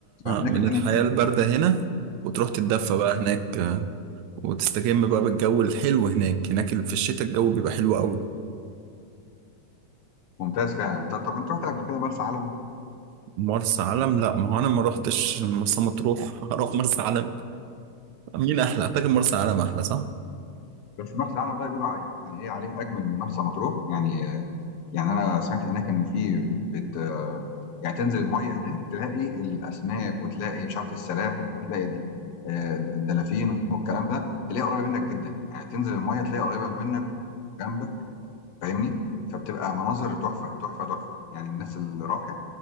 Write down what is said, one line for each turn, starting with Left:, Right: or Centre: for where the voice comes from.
Left: فهناك
Right: من
Left: الدنيا
Right: الحياة الباردة هنا وتروح تتدفى
Left: مم.
Right: بقى هناك آه، وتستجم بقى بالجو الحلو هناك هناك في الشتاء الجو بيبقى حلو قوي
Left: ممتاز فعلا انت طب انت رحت قبل كده مرسى علم
Right: مرسى علم لا ما هو انا ما روحتش مرسى مطروح <laughs> هروح مرسى علم مين احلى اعتقد مرسى علم احلى صح
Left: بس مرسى علم بقى بيقولوا ع- يعني ايه عليه اجمل من مرسى مطروح يعني يعني انا سمعت هناك ان في بت يعني تنزل الميه هناك تلاقي الاسماك وتلاقي مش عارف السلاحف وتلاقي الد- آه، الدلافين والكلام ده تلاقي قريبه منك جدا يعني تنزل الميه تلاقي قريبه منك وجنبك فاهمني فبتبقى مناظر تحفه تحفه تحفه يعني الناس اللي راحت